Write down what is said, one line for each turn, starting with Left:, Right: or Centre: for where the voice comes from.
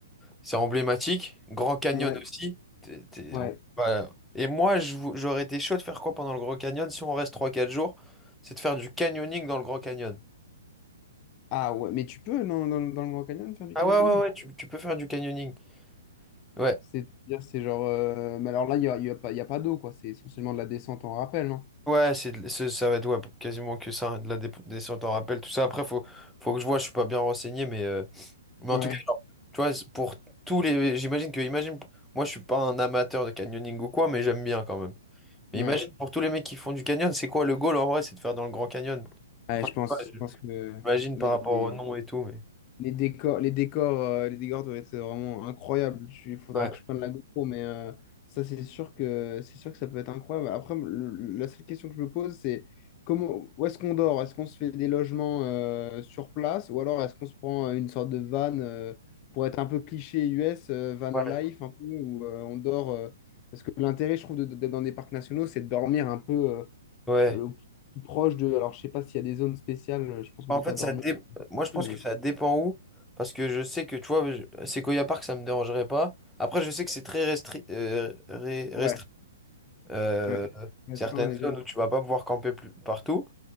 Centre: c'est emblématique. Grand Canyon
Left: Ouais,
Centre: aussi. T'es- t'es-
Left: ouais.
Centre: on- voilà. Et moi, je vou- j'aurais été chaud de faire quoi pendant le Grand Canyon si on reste trois quatre jours? C'est de faire du canyoning dans le Grand Canyon.
Left: Ah ouais, mais tu peux dans, dans, dans le Grand Canyon faire du
Centre: Ah
Left: canyoning?
Centre: ouais, ouais, ouais, tu, tu peux faire du canyoning. Ouais.
Left: C'est-à-dire, c'est genre... euh, Mais alors là, il n'y a, il y a pas, il y a pas d'eau, quoi. C'est essentiellement de la descente en rappel, non?
Centre: Ouais, c'est, de- ce- ça va être ouais, quasiment que ça, hein, de la dé- descente en rappel, tout ça. Après, faut, faut que je vois, je suis pas bien renseigné, mais, euh, mais
Left: Ouais,
Centre: en tout cas, genre, tu vois, c'est pour tous les. J'imagine que, imagine, moi, je suis pas un amateur de canyoning ou quoi, mais j'aime bien quand même. Mais
Left: ouais.
Centre: imagine, pour tous les mecs qui font du canyon, c'est quoi le goal en vrai? C'est de faire dans le Grand Canyon.
Left: Ouais,
Centre: Enfin,
Left: je pense,
Centre: ouais,
Left: je pense que
Centre: j'imagine
Left: les,
Centre: par rapport
Left: les-
Centre: au nom et tout, mais.
Left: Les décors, les décors, euh, les décors doivent être vraiment incroyables. Tu- Il faudra
Centre: Ouais,
Left: que je prenne la GoPro, mais euh, ça, c'est sûr que c'est sûr que ça peut être incroyable. Après, le- la seule question que je me pose, c'est comment, où est-ce qu'on dort? Est-ce qu'on se fait des logements euh, sur place ou alors est-ce qu'on se prend euh, une sorte de van euh, pour être un peu cliché US, euh, van life
Centre: ouais,
Left: un peu où euh, on dort euh, parce que l'intérêt, je trouve, de- de- d'être dans des parcs nationaux, c'est de dormir un peu
Centre: ouais.
Left: euh, au plus proche de. Alors, je sais pas s'il y a des zones spéciales. euh, Je pense qu'on
Centre: En
Left: peut
Centre: fait,
Left: pas dormir,
Centre: ça dé... moi je pense
Left: mais.
Centre: que ça dépend où, parce que je sais que, tu vois, je- Sequoia Park, ça me dérangerait pas. Après, je sais que c'est très restri... euh, ré- restri-
Left: Ouais.
Centre: euh,
Left: Ouais, restreindre
Centre: certaines
Left: les
Centre: zones
Left: zones.
Centre: où tu vas pas pouvoir camper plus... partout.